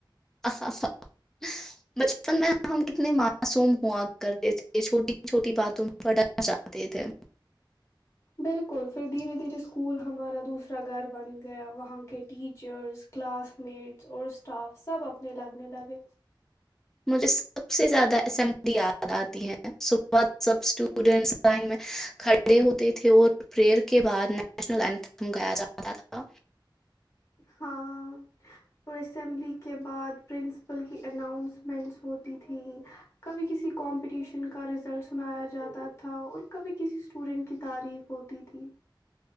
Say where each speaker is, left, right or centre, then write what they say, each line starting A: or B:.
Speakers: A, in the centre; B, on the left.
A: <unintelligible> س میں ہم کتنے معصوم خگ کرتے تھے چھوٹی چھوٹی باتوں پٹانا چاہتے تھے
B: بالکل پھر دھیرے دھیرے اسکول ہمارا دوسرا گھر بن گیا وہاں کے ٹیچرس کلاس میٹس اور اسٹاف سب اپنے لگنے لگے
A: مجھے سب سے زیادہ اسمبلی یاد آتی ہے صبح سب اسٹوڈینٹس لائن میں کھڑے ہوتے تھے اور پریئر کے بعد نیشنل اتھم گایا جاتا تھا
B: ہاں اور اسمبلی کے بعد پرنسپل کی اناؤنسمنٹس ہوتی تھیں کبھی کسی کمپٹیشن کا رزلٹ سنایا جاتا تھا اور کبھی کسی اسٹوڈنٹ کی تعریف ہوتی تھی